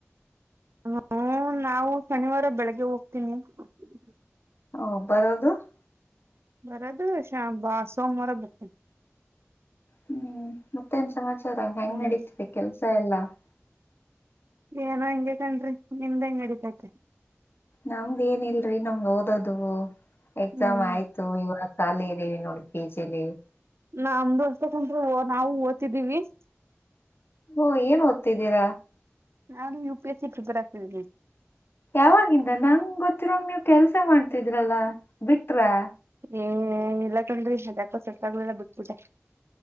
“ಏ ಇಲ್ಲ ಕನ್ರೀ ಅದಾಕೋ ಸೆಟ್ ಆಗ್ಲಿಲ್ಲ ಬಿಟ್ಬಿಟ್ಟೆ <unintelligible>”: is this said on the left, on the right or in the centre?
Right